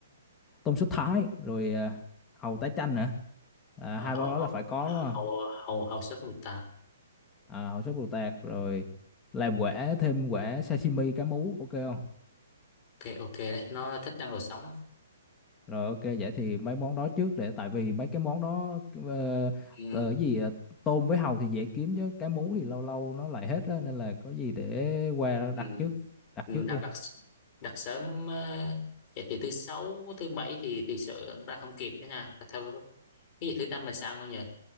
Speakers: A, on the left; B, on the left.
A: tôm sốt Thái rồi à, hàu tái chanh nữa à,
B: à,
A: hai
B: hầu
A: món đó
B: hầu
A: là phải có đúng không
B: hầu hầu hầu sắc mùi tạt
A: à, hàu sốt bồ tạt rồi làm quả thêm quả sashimi cá mú ok không
B: ok ok đấy nó, thích ăn đồ sống
A: Rồi ok vậy thì mấy món đó trước để tại vì mấy cái món đó ờ,
B: ừ,
A: ờ, gì ờ, tôm với hàu thì dễ kiếm chứ cá mú thì lâu lâu nó lại hết á nên là có gì để qua
B: ừ.
A: đặt trước đặt
B: ừ,
A: trước
B: đặt
A: luôn.
B: đặt đặt sớm ờ, vậy thì thứ sáu thứ bảy thì thì sợ ra không kịp đó nha theo cái gì thứ năm mình sang luôn nhỉ